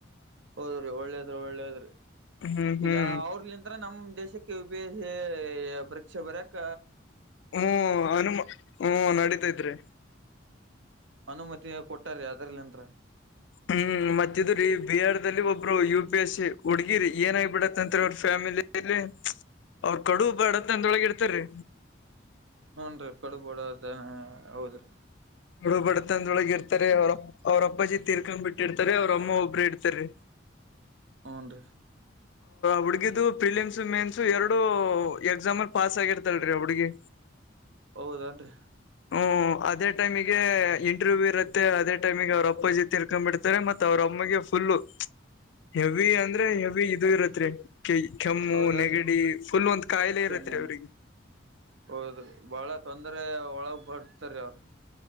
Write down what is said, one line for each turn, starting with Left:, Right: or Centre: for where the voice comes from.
Right: ಹೌದ್ರಿ ಒಳ್ಳೇದ್ ಒಳ್ಳೇದ್ರಿ
Left: ಹ್ಮ್ ಹ್ಮ್
Right: ಈಗ ಅವ್ರಲಿಂದ. ತ್ರ ನಮ್ ದೇಶಕ್ಕೆ ಯು ಪಿ ಎಸ್ ಸಿ ಪರೀಕ್ಷೆ ಬಾರ್ಯಾಕ್.
Left: ಹ್ಮ್ ಅನು ಹ್ಮ್ ನಡೀತಾ ಇದ್ರೆ.
Right: ಅನುಮತಿ ಕೊಟ್ಟಾರ ಅದ್ರಲ್ಲಿಂತ್ರ.
Left: ಹ್ಮ್ ಮತ್ತಿದ್ರೀ ಬಿಹಾರ್ ದಲ್ಲಿ ಒಬ್ರು ಯು ಪಿ ಎಸ್ ಸಿ ಹುಗಿರಿ ಏನ ಆಗಬಿಡತ್ತಂತತ್ರಿ ಅವ್ರ ಫ್ಯಾಮಿಲಿ. ಇಲ್ಲಿ ಅವ್ರ ಕಡು ಬಡತನ ದೊಳಗ ಇತ್ತಾರೀ.
Right: ಹೂಂ ರಿ ಕಡುಬಡ ಹೌದ್ರಿ.
Left: ಕ ಡು ಬಡತಂದೊಳಗೆ ಇರ್ತಾರೆ ಅವ್ರ ಅವ್ರ ಅಪ್ಪ ಜಿ ತೀರ್ಕೊಂಡ್ ಬಿಟ್ಟಿರ್ತಾರೆ ಅವ್ರ ಅಮ್ಮ ಒಬ್ಬರು ಇರ್ತಾರೆ.
Right: ಹೂ ರಿ.
Left: ಹುಡ್ಗಿದು ಪಿಲಮ್ಸ ಮೇನ್ಸು ಎರಡು ಎಕ್ಸಾಮಲ್ ಪಾಸ್ ಆಗಿರ್ತಲ್ರೀ ಹುಡ್ಗಿ. <unintelligible>
Right: ಹೌದನ್ರಿ
Left: ಹ್ಮ್ ಅದೇ ಟೈಮಿಗೆ ಇಂಟರ್ವ್ಯೂ ಇರುತ್ತೆ ಅದೇ ಟೈಮಿಗೆ ಅವ್ರರು ಅಪ್ಪ ಜಿತ್ ಇರ್ಕೊಂಡ್ ಬಿಿಡ್ತೆ ಮತ್ತ ಅವ್ರೊಮ್ಮಗೆ ಫುಲ್ಲ ಹೆವಿ ಅಂದ್ರೆ ಹೆವಿ ಇರುತ್ರಿ ಕೆಮ್ಮು
Right: ಹೌದನ್ರಿ
Left: ನೆಗಡಿ ಫುಲ್ ಒಂದ್ ಕಾಯಿಲೆ
Right: ಕೆಮ್ಮ
Left: ಇರುತ್ರಿ ಅವ್ರರಿಗೆ
Right: ಹೌದ್ರಿ ಬಹಳ ತೊಂದ್ರ ಒಳಗ್ ಬಡ್ತರಿೀ ಅವ್ರರು